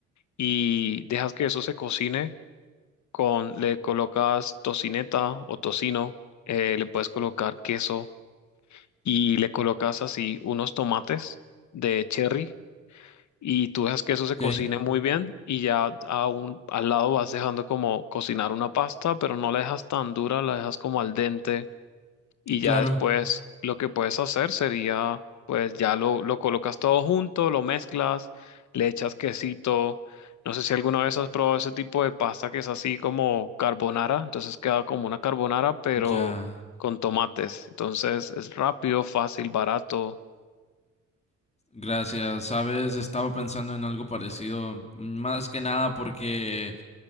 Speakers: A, on the left; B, on the left.
A: y dejas que eso se cocine con, le colocas tocineta o tocino, eh, le puedes colocar queso y le colocas así unos tomates de cherry y tú dejas que eso
B: ok,
A: se cocine muy bien y ya a un- al lado vas dejando como cocinar una pasta, pero no la dejas tan dura, la dejas como al dente y ya
B: claro,
A: después lo que puedes hacer sería, pues ya lo, lo colocas todo junto, lo mezclas, le echas quesito. No sé si alguna vez has probado ese tipo de pasta que es así como carbonara, entonces queda como una carbonara, pero
B: ya.
A: con tomates. Entonces es rápido, fácil, barato.
B: Gracias, sabes, estaba pensando en algo parecido, más que nada porque,